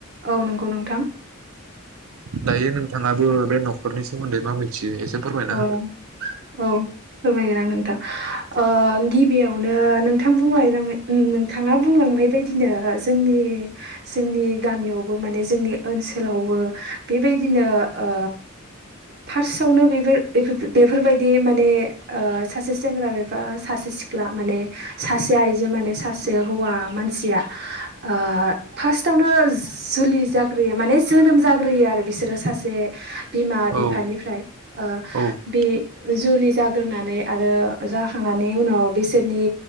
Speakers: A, on the right; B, on the right.
A: औ नंगौ नोंथां
B: दायो नोंथाङाबो बे न'खरनि सोमोन्दै मा मिथि। फोरमायना हो।
A: औ औ फोरमायगोन आं नोंथां ओ गिबियावनो नोंथां बुंलाय नांनो। उ नोंथाङा बुंलांनाय बायदिनो जोंनि जोंनि गामियावबो माने जोंनि। ओनसोलावबो बेबायदिनो ओ फार्स्टआवनो बे। बेफोरबायदि माने सासे सेंग्रा <unintelligible> बा सासे सिख्ला माने सासे आइजो माने सासे हौवा मानसिया। ओ फार्स्टआवनो जुलि जाग्रोयो माने जोनोम जाग्रोयो आरो बि। बिसोरो सासे बिमा बिफानिफ्राय
B: औ
A: ओ
B: औ
A: बे। जुलि जाग्रोनानै आरो जाखांनानै उनाव बिसोरनि